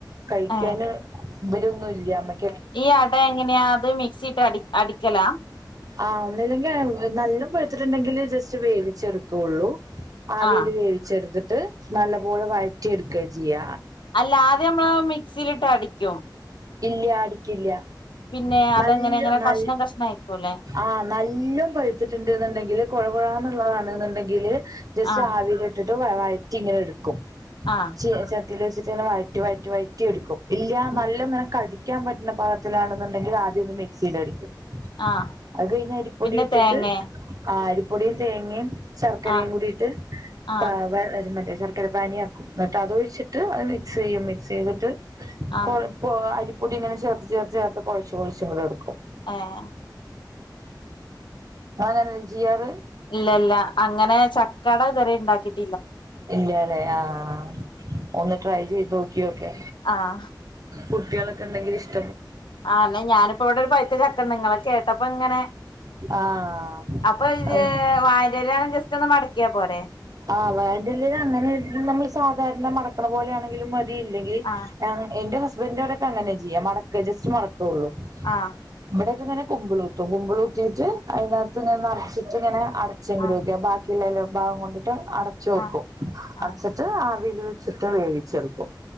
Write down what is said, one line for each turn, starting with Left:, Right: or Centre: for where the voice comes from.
Right: കഴിക്കാന്
Left: ഏഹ്
Right: ഇബരൊന്നുല്ല്യ <unintelligible>
Left: ഈ അട എങ്ങനെയാ അത് മിക്സിട്ട് അടി അടിക്കല
Right: ആ ഒന്നില്ലെങ്കി വ് നല്ലോം പഴുത്തിട്ടുണ്ടെങ്കില് ജസ്റ്റ് വേവിച്ചെടുക്കോള്ളൂ ആവില്
Left: ആഹ്
Right: വേവിച്ചെടുത്തിട്ട് നല്ലപോലെ വഴറ്റി എടുക്കാ ചെയ്യ
Left: അല്ല ആദ്യം നമ്മളാ മിക്സിലിട്ട് അടിക്കും
Right: ഇല്ല അടിക്കില്ല്യ
Left: പിന്നെ അതെങ്ങനെ
Right: നല്ലോ
Left: ഇങ്ങനെ
Right: നൽ
Left: കഷ്ണം കഷ്ണം ആയിക്കൂല്ലേ
Right: ആഹ് നല്ലോം പഴത്തിട്ട്ണ്ട്ന്ന്ണ്ടെങ്കില് കുഴ കുഴാന്ന് ള്ളതാണ്ന്ന്ണ്ടെങ്കില് ജസ്റ്റ്‌
Left: ആഹ്
Right: ആവിലിട്ടിട്ട് വാ വഴറ്റി ഇങ്ങനെ എടുക്കും
Left: ആഹ്
Right: ചീനചട്ടീ ല് വെച്ചിട്ടിങ്ങനെ വയറ്റി വഴറ്റി വഴറ്റി എടുക്കും ഇല്ല്യ
Left: ഉം
Right: നല്ലൊ ഇങ്ങനെ കടി ക്കാൻ പറ്റുന്ന പാഗത്തിലാണെന്നുണ്ടെങ്കില് ആദ്യോന്ന് മിക്സീലടിക്കും.
Left: ആഹ്
Right: അത് കഴിഞ്ഞ അരിപ്പൊടി
Left: പിന്നെ
Right: ഇട്ടിട്ട്
Left: തേങ്ങേ
Right: ആരി പൊടിയും തേങ്ങയും ശർക്കരയും
Left: ആഹ്
Right: കൂടിട്ട് <unintelligible>
Left: ആഹ്
Right: ശർക്കര പാനിയാക്കും എന്നിട്ട് അത് ഒഴിച്ചിട്ട് അത് മിക്സെയ്യും മിക്സ് ചെയ്തിട്ട്
Left: ആഹ്
Right: കൊഴപ്പൊ അരിപ്പൊടി ഇങ്ങനെ ചെർത്ത് ചെർത്ത് ചേർത്ത് കൊഴച്ച് കൊഴച്ച് കൂടെ എടുക്കും
Left: ആഹ
Right: താനൻജിയറ്
Left: ഇല്ല ഇല്ല അങ്ങനെ ചക്കട ഇതുവരെ ഇണ്ടാക്കിട്ട
Right: ഇല്ല്യാലേ ആഹ ഒന്ന് ട്രൈ ചെയ്തുോ ഓക്കെ
Left: ആഹ്
Right: കുട്ടികളൊക്കെ ഉണ്ടെങ്കിൽ ഇഷ്ട
Left: ആ ന്നാ ഞാനിപ്പോ ഇവിടെ ഒരു പൈത്ത ചക്കണ്ട് ഇങ്ങളെ കേട്ടപ്പ ഇങ്ങനെ
Right: ആഹ്
Left: അപ്പൊ ഇത്
Right: ഒന്ന്
Left: വായന്റെലയാണ് ജസ്റ്റ് ഒന്ന് മടക്കിയാ പോരെ
Right: ആഹ് വേണ്ടില്ലേല് അങ്ങനെ നമ്മള് സാധാരണ മടക്കണ പോലെയാണെങ്കിലും മതി ഇല്ലെങ്കിൽ
Left: ആഹ്
Right: എന്റെ ഹ സ്ബന്റൊടൊക്കെ അങ്ങന ചെയ്യാ മടക്ക ജസ്റ്റ് മടക്കുള്ളൂ
Left: ആഹ്
Right: ഇവിടൊക്കെങ്ങനെ കുമ്പുളൂത്ത് കുമ്പുളൂ റ്റ് റ്റ് അയിനാട്ത്ത് ഇങ്ങനെ നറച്ചിട്ടിങ്ങനെ അടച്ചെ <unintelligible>
Left: ആഹ്
Right: ബാക്കിള്ളേല് ഭാഗംകൊണ്ട് ട്ട് അടച്ച് വെക്കും
Left: ആഹ്
Right: അടച്ചിട്ട്
Left: ആഹ്
Right: ആവില് വെച്ചിട്ട് വേവിച്ചെടുക്കും